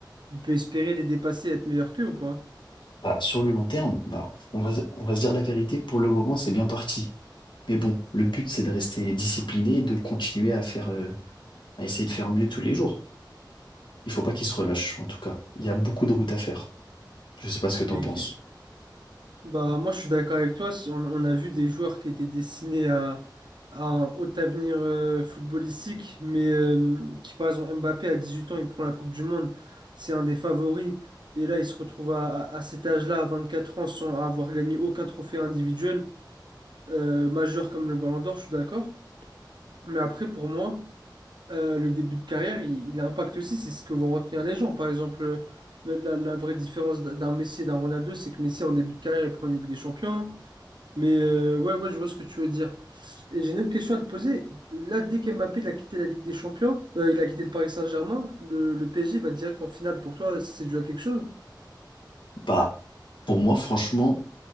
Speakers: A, on the right; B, on the left.
A: il peut espérer les dépasser et être meilleur qu'eux ou pas?
B: Bah, sur le long terme, bah, on va se on va se dire la vérité, pour le moment, c'est bien parti. Mais bon, le but, c'est de rester discipliné et de continuer à faire, heu, à essayer de faire mieux tous les jours. Il faut pas qu'il se relâche, en tout cas. Il y a beaucoup de route à faire. Je sais pas ce que t'en
A: Ok.
B: penses?
A: Bah, moi, je suis d'accord avec toi. Si On, on a vu des joueurs qui étaient destinés à, à un haut avenir euh, footballistique, mais euh, qui, par exemple, Mbappé, à 18 ans, il prend la Coupe du Monde. C'est un des favoris. Et là, il se retrouve à, à- à cet âge-là, à quatre ans, sans avoir gagné aucun trophée individuel, euh, majeur comme le Ballon d'Or, je suis d'accord. Mais après, pour moi. euh, le début de carrière, il, il impacte aussi, c'est ce que vont retenir les gens. Par exemple, euh, la, la- la vraie différence d- d'un Messi et d'un Ronaldo, c'est que Messi, en début de carrière, il prend une Ligue des Champions. Mais euh, ouais, ouais, je vois ce que tu veux dire. Et j'ai une autre question à te poser. Là, dès qu'Mbappé il a quitté la Ligue des Champions, euh, il a quitté le Paris Saint-Germain, le, le PSG va direct en finale. Pour toi, c'est dû à quelque chose?
B: Bah, pour moi, franchement,